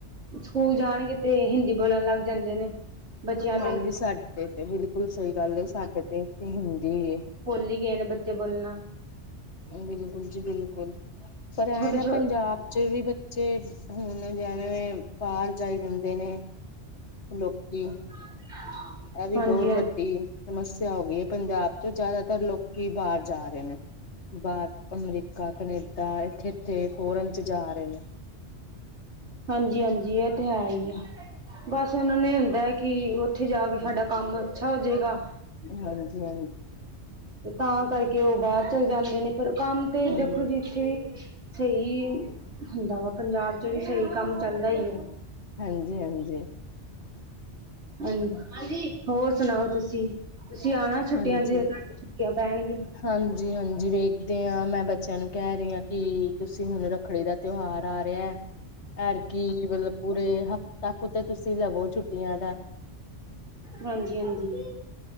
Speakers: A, on the right; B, on the left.
A: ਸਕੂਲ ਜਾਣਗੇ ਤੇ ਹਿੰਦੀ ਬੋਲਣ ਲੱਗ ਜਾਂਦੇ ਨੇ। ਬਚਿਆਂ ਦੇ
B: ਹਾਂਜੀ
A: <inaudible>
B: ਸਾਡੇ ਤੇ ਬਿਲਕੁਲ ਸਹੀ ਗੱਲ ਹੈ ਸਾਡੇ ਤੇ ਇੱਥੇ ਹਿੰਦੀ
A: ਭੁੱਲ ਹੀ ਗਏ ਨੇ ਬੱਚੇ ਬੋਲਣਾ
B: ਬਿਲਕੁਲ ਜੀ ਬਿਲਕੁਲ ਪਰ ਐ
A: ਛੋਟੇ
B: ਨਾ
A: ਛੋਟੇ
B: ਪੰਜਾਬ ਚ ਵੀ। ਬੱਚੇ ਹੁਣ ਜਵੇਂ ਬਾਹਰ ਜਾਈ ਜਾਂਦੇ ਨੇ ਲੋਕੀ।
A: <unintelligible>
B: ਆ ਵੀ
A: ਹਾਂਜੀ
B: ਬਹੁਤ
A: ਹਾਂਜੀ
B: ਵੱਡੀ ਸਮੱਸਿਆ ਹੋ ਗਈ ਐ ਪੰਜਾਬ ਚ ਜ਼ਿਆਦਾਤਰ ਲੋਕੀ ਬਾਹਰ ਜਾ ਰਹੇ ਨੇ। ਬਾਹਰ ਅਮਰੀਕਾ ਕਨੇਡਾ ਇਥੇ ਇਥੇ ਫੋਰਨ ਚ ਜਾ ਰਹੇ ਨੇ।
A: ਹਾਂਜੀ ਹਾਂਜੀ, ਇਹ ਤੇ ਹੈ ਹੀ ਆ ਬਸ ਉਹਨਾਂ ਨੇ ਹੁੰਦਾ ਕਿ ਉੱਥੇ ਜਾ ਕੇ ਸਾਡਾ ਕੰਮ ਅੱਛਾ ਹੋਜੇਗਾ।
B: ਹਾਂਜੀ ਹਾਂਜੀ
A: ਤਾਂ ਕਰਕੇ ਉਹ ਬਾਹਰ ਚਲੇ ਜਾਂਦੇ ਨੇ ਪਰ ਕੰਮ ਤੇ
B: ਹਾਂਜੀ
A: ਦੇਖੋ ਜੀ ਇੱਥੇ ਵੀ ਸਹੀ ਹੁੰਦਾ ਵਾ ਪੰਜਾਬ ਚ ਵੀ ਸਹੀ ਕੰਮ ਚੱਲਦਾ ਹੀ ਆ।
B: ਹਾਂਜੀ ਹਾਂਜੀ।
A: ਹਾਂਜੀ ਹੋਰ ਸੁਣਾਓ ਤੁਸੀਂ ਤੁਸੀਂ ਆਣਾ ਛੁੱਟੀਆਂ
B: ਹਾਂਜੀ
A: ਚ ਤੇ। ਚੁੱਕੀਆਂ ਪੈਣਗੀਆਂ।
B: ਹਾਂਜੀ ਹਾਂਜੀ, ਵੇਖਦੇ ਆ ਮੈਂ ਬੱਚਿਆਂ ਨੂੰ ਕਹਿ ਰਹੀ ਹਾਂ ਕਿ ਤੁਸੀਂ ਹੁਣ ਰੱਖੜੀ ਦਾ। ਤਿਉਹਾਰ ਆ ਰਿਹਾ ਐਤਕੀ ਮਤਲਬ ਪੂਰੇ ਤੱਕ ਤਾਂ ਤੁਸੀਂ ਲਵੋ ਛੁੱਟੀਆਂ ਦਾ।
A: ਹਾਂਜੀ ਹਾਂਜੀ।